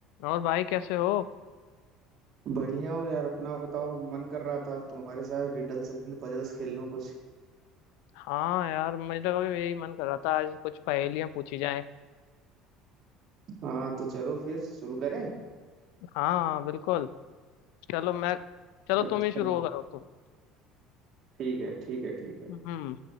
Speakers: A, on the left; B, on the right.
A: और भाई कैसे हो
B: बढ़िया हो यार अपना बताओ मन कर रहा था आज तुम्हारे साथ रिडल्स एंड पजल्स खेल लूं कुछ
A: हाँ यार मेरा भी यही मन कर रहा था आज कुछ पहेलियां पूछी जाएं
B: हाँ तो चलो फिर शुरू करें
A: हाँ हाँ बिल्कुल चलो मैं चलो
B: अच्छा
A: तुम ही शुरू करो तुम
B: ठीक है ठीक है ठीक है
A: हम्म